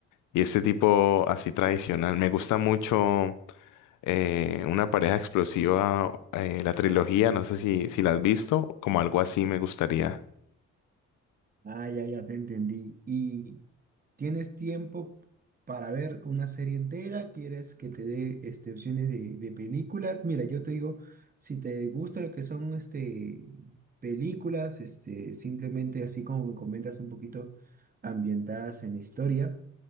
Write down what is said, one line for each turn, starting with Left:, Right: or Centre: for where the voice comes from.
Left: y este tipo así tradicional. Me gusta mucho eh, una pareja explosiva, eh, la trilogía, no sé si, si la has visto, como algo así me gustaría.
Right: Ah, ya, ya te entendí. ¿Y tienes tiempo para ver una serie entera? ¿Quieres que te dé este, opciones de, de películas? Mira, yo te digo, si te gusta lo que son este, películas, este, simplemente así como me comentas un poquito ambientadas en la historia,